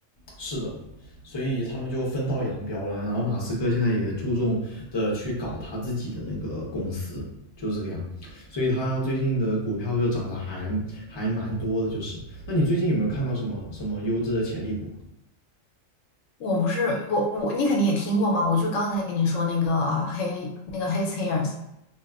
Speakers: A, on the left; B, on the left.
A: 是的，所以他们就分道扬镳了。然后马斯克现在也注重的去搞他自己的那个公司，就是这个样。所以他最近的股票就涨得还还蛮多的，就是。那你最近有没有看到什么什么优质的潜力股？
B: 我不是我我你肯定也听过嘛，我就刚才跟你说那个黑那个 His Hears。